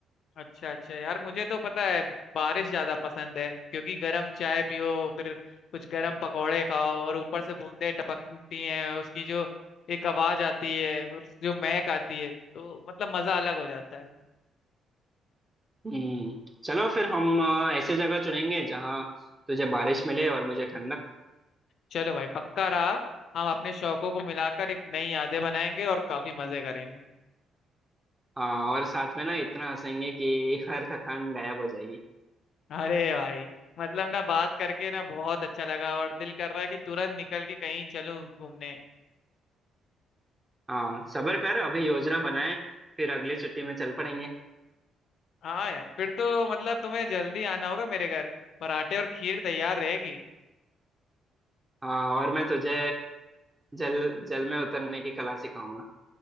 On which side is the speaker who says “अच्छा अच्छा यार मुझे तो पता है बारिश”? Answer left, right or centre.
Left